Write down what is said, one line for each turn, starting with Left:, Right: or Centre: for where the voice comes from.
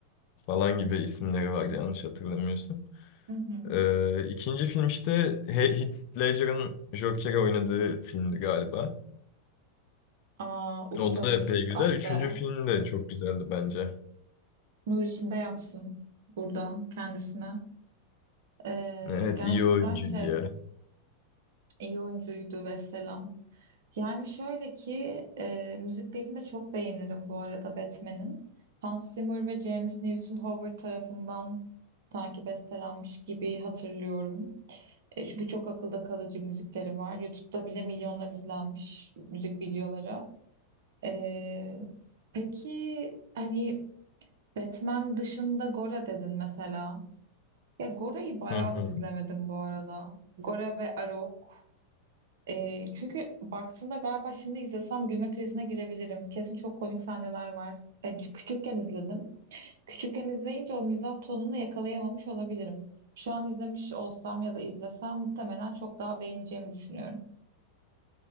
Left: falan gibi isimleri vardı yanlış hatırlamıyorsun.
Right: Hı hı.
Left: Ee, ikinci film işte He- Heath Ledger'ın Joker'i oynadığı filmdi galiba.
Right: Aa, ustamız
Left: O da epey güzel.
Right: ah
Left: Üçüncü
Right: be.
Left: film de çok güzeldi bence.
Right: Nur içinde yatsın buradan kendisine. Ee,
Left: Evet
Right: gerçekten
Left: iyi oyuncu
Right: şey
Left: diye.
Right: iyi oyuncuydu ve selam. Yani şöyle ki e, müziklerini de çok beğenirim bu arada Batman'in. Hans Zimmer ve James Newton Howard tarafından sanki bestelenmiş gibi hatırlıyorum. E, çünkü çok akılda kalıcı müzikleri var. YouTube'da bile milyonlar izlenmiş müzik videoları. E, peki hani Batman dışında Gora dedin mesela. Ya Gora'yı bayağıdır
Left: Hı hı.
Right: izlemedim bu arada. Gora ve Arok. Ee, çünkü baktığında galiba şimdi izlesem gülme krizine girebilirim. Kesin çok komik sahneler var. Ben küçükken izledim. Küçükken izleyince o mizah tonunu yakalayamamış olabilirim. Şu an izlemiş olsam ya da izlesem muhtemelen çok daha beğeneceğimi düşünüyorum.